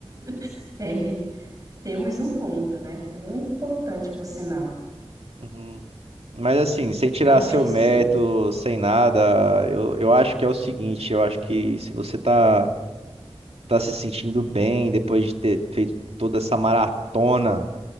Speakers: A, on the right; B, on the right.
A: <laughs> é. Temos um ponto, né? Muito importante, por sinal.
B: Uhum. Mas assim, sem tirar
A: Mas
B: seu
A: é isso
B: mérito,
A: mesmo.
B: sem nada, eu, eu acho que é o seguinte, eu acho que se você tá, tá se sentindo bem depois de ter feito toda essa maratona